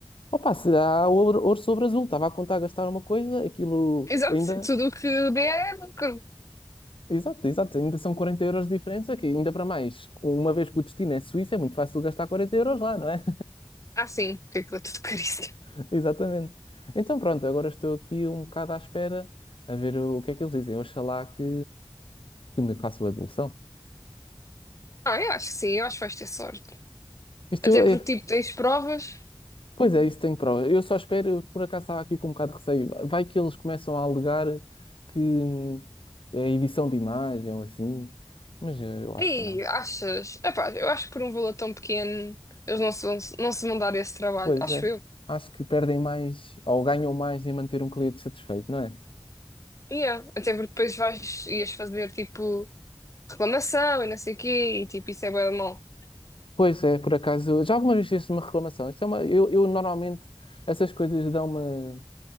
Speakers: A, on the left; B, on the left.
A: Opa, se há ouro, ouro sobre azul, estava a contar gastar uma coisa, aquilo
B: Exato,
A: ainda.
B: tudo o que der é lucro.
A: Exato, exato, ainda são 40 euros de diferença, que ainda para mais, uma vez que o destino é Suíça, é muito fácil gastar 40 euros lá, não é?
B: Ah, sim, porque aquilo é tudo caríssimo.
A: <laughs>
B: <laughs>
A: Exatamente. Então pronto, agora estou aqui um bocado à espera a ver o que é que eles dizem. Oxalá que, que me façam a devolução.
B: Ah, eu acho que sim, eu acho que vais ter sorte.
A: Isto
B: Até
A: é,
B: porque, tipo, tens provas.
A: pois é, isso tem prova. Eu só espero, por acaso estava aqui com um bocado de receio. Vai que eles começam a alegar que hum, é edição de imagem ou assim, mas eh, eu acho
B: Ei,
A: que não.
B: achas? Epá, eu acho que por um valor tão pequeno eles não se vão, não se vão dar esse trabalho.
A: Pois
B: Acho
A: é,
B: eu.
A: acho que perdem mais ou ganham mais em manter um cliente satisfeito, não é?
B: Yeah. Até porque depois vais, ias fazer tipo reclamação e não sei o quê e tipo isso é bué de mal.
A: Pois é, por acaso, já alguma vez fizeste uma reclamação? Isto é uma, eu, eu normalmente essas coisas dão uma